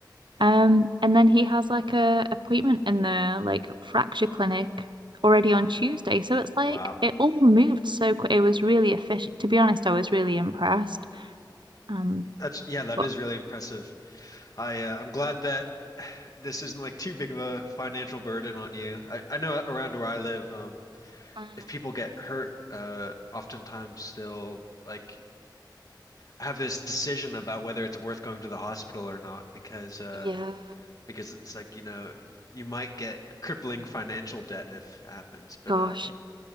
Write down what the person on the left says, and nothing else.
Wow.
That's yeah, that
is really impressive. I uh, I'm glad that <sighs> this isn't like too big of a financial burden on you. I I know around where I live, um
if people get hurt, uh oftentimes they'll like have this decision about whether it's worth going to the hospital or not because uh
because it's like, you know, you might get crippling financial debt if it happens. But
uh